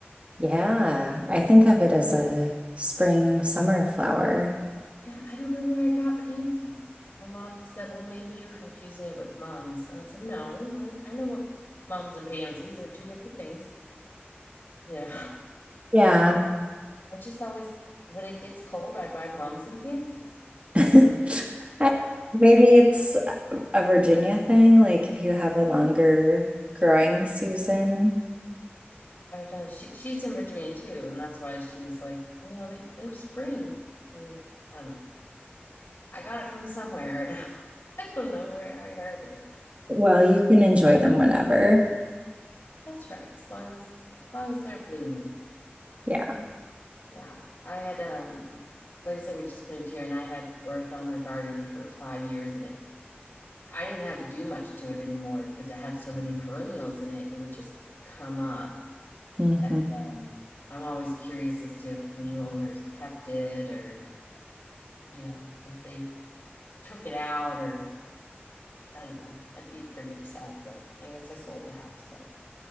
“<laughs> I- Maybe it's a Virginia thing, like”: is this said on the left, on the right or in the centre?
Right